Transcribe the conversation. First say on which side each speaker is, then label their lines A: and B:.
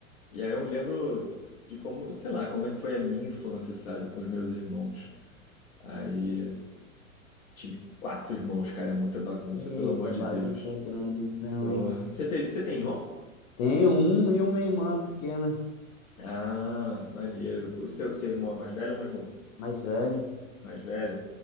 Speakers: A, on the left; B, on the left.
A: E aí eu lembro de como, sei lá, como é que foi a minha infância, sabe, com os meus irmãos. Aí tive quatro irmãos, cara, é muita bagunça,
B: Eita,
A: pelo amor de
B: bagunça
A: Deus.
B: grande então,
A: Pô,
B: hein?
A: você teve, você tem irmão?
B: Tenho um e uma irmã pequena,
A: Ah, maneiro. O seu, seu irmão é mais velho ou mais novo?
B: mais velho.
A: Mais velho?